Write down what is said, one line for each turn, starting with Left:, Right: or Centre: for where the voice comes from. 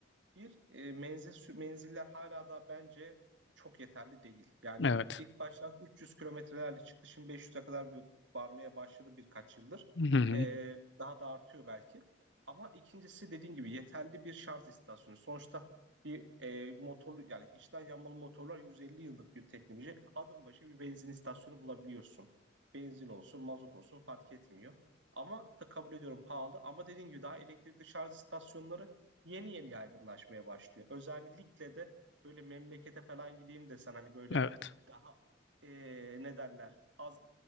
Right: Bir, e, menzil, menziller hala da bence çok yeterli değil. Yani
Left: Evet.
Right: ilk başta 300 kilometrelerle çıktı. Şimdi 500'e kadar bir- varmaya başladı birkaç yıldır.
Left: Hı hı.
Right: E, daha da artıyor belki. Ama ikincisi dediğin gibi yeterli bir şarj istasyonu. Sonuçta bir e, motorlu yani içten yanmalı motorlar 150 yıllık bir teknoloji. Adım başı bir benzin istasyonu bulabiliyorsun. Benzin olsun, mazot olsun fark etmiyor. Ama da kabul ediyorum pahalı. Ama dediğin gibi daha elektrikli şarj istasyonları yeni yeni yaygınlaşmaya başlıyor. Özellikle de böyle memlekete falan gideyim desen hani böyle
Left: Evet.
Right: daha eee, ne derler az